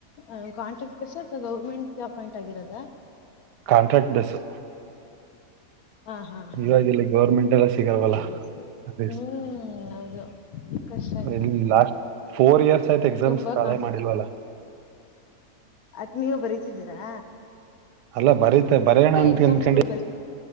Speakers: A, on the left; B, on the right.
A: ಏನು ಕಾಂಟ್ರಾಕ್ಟ್ ಬೇಸಾ ಅಥ್ವಾ ಗೌರ್ಮೆಂಟ್ ಅಪಾಯಿಂಟ್ ಆಗಿರೋದ?
B: Contract base.
A: ಹಾ ಹಾ ಹಾ
B: ಇವಾಗಿಲ್ಲಿ ಗೌರ್ಮೆಂಟ್ ಎಲ್ಲ ಸಿಗಲ್ವಲ್ಲ.
A: ಸರಿ ಸರಿ
B: ಅದ
A: ಹ್ಮ್ ಹೌದು ಕಷ್ಟ ಈಗ
B: ಇಲ್ಲಿ ಲಾಸ್ಟ್ ಫೋರ್ ಇಯರ್ಸ್ ಆಯ್ತಾತ್.
A: ತುಂಬಾ
B: ಮ್ಸ್ ಕಾಲೇ
A: ಕಾಂಪಿಟ್
B: ಮಾಡಿಲ್ವಲ್ಲ.
A: ಅದ್ನೀವೂ ಬರಿತಿದ್ದೀರಾ?
B: ಅಲ್ಲ ಬರೀತ ಬರಿಯೋಣ ಅಂತ
A: ಎಕ್ಸಾಮ್ಸ್ಗಳು
B: ಅನ್ಕೊಂಡಿ
A: ಬರೀತಿ